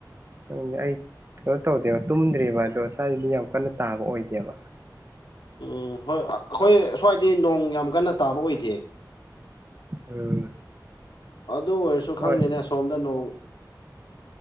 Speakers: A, on the right; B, on the left.
A: ꯈꯪꯗꯦ ꯑꯩ ꯀꯩꯅꯣ ꯇꯧꯗꯦꯕ ꯇꯨꯝꯗ꯭ꯦꯕ ꯑꯗꯣ ꯁ꯭ꯋꯥꯏꯗꯤ ꯌꯥꯝ ꯀꯟꯅ ꯇꯥꯕ ꯑꯣꯏꯗꯦꯕ
B: ꯎꯝ ꯍꯣꯏ ꯑꯩꯈꯣꯏ ꯑꯁ꯭ꯋꯥꯏꯗꯤ ꯅꯣꯡ ꯌꯥꯝ ꯀꯟꯅ ꯇꯥꯕ ꯑꯣꯏꯖꯦ
A: ꯎꯝ
B: ꯑꯗꯨ ꯑꯣꯏꯔꯁꯨ
A: ꯍꯣꯏ
B: ꯈꯪꯗꯦꯅꯦ ꯑ ꯁꯣꯝꯗ ꯅꯣꯡ